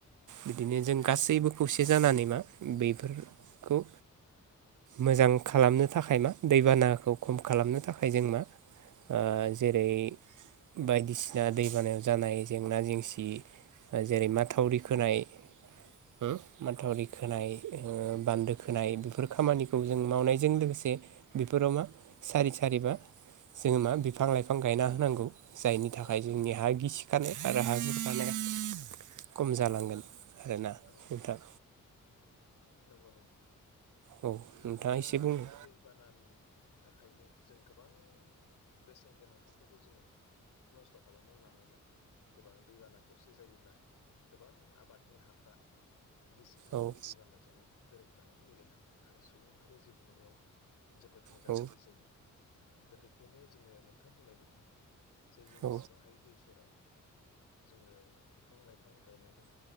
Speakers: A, on the right; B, on the left.
A: बिदिनो जों गासैबो खौसे जानानै मा बेफोरखौ मोजां खालामनो थाखाय मा दैबानाखौ खम खालामनो थाखाय जों मा ओ
B: औ
A: जेरै बायदिसिना दैबानायाव जानाय जेंना जेंसि जेरै माथावरि खोनाय होम
B: औ
A: माथावरि खोनाय
B: औ
A: ओ बान्दो खोनाय बेफोर खामानिखौ जों मावनायजों लोगोसे बेफोराव मा सारि सारिबा जोङो मा बिफां लाइफां गायना होनांगौ औ जायनि थाखाय
B: औ
A: जोंनि हा गिसिखानाय आरो हा गुरखानाया कम
B: ओं
A: जालांगोन
B: गायथारनांगोन
A: आरोना
B: औ
A: नोंथां
B: औ नंगौ नंगौ
A: औ
B: मानोना
A: नोंथाङा एसे बुंनो
B: दैबानानि थाखायनो जों गोबां बेसेन गोनां हाफोरखौ जोङो नस्थ' खालामनानै लानांबाय गोबां दैबाना खेबसे जायोब्ला गोबां आबादनि हाफ्रा गिसिखानानै
A: औ
B: दैबानाजों गोरोबलाङो मिलायलाङो आरो सुबुं माहारिया जिउ खुंनायाव जोबोद मोगा
A: औ
B: मोगि जायो दा बेखायनो जोङो नोंथां बुंनाय बायदि जे जों
A: औ
B: जेसेबां हायो दै सेराव जोङो बिफां लाइफां गायनांगोन